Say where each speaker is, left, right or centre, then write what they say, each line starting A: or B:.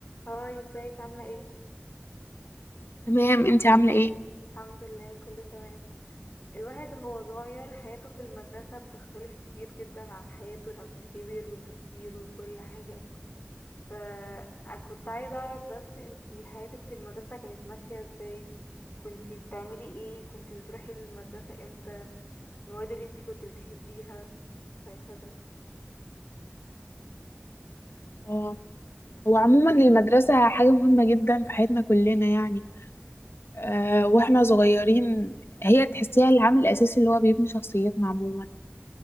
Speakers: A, on the left (about 50°); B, on the left (about 75°).
A: هاي ازيك عاملة ايه؟
B: تمام انتي عاملة ايه؟
A: الحمد لله كله تمام الواحد وهو صغير حياته في المدرسة بتختلف كتير جدا عن حياته لما كبر وتفكيره وكل حاجة فكنت عايزة اعرف بس انتي حياتك في المدرسة كانت ماشية ازاي؟ كنتي بتعملي ايه؟ كنتي بتروحي المدرسة امتى؟ المواد اللي انتي كنتي بتحبيها وهكذا
B: اه هو عموما المدرسة حاجة مهمة جدا في حياتنا كلنا يعني آه واحنا صغيرين هي تحسيها العامل الأساسي اللي هو بيبني شخصيتنا عموما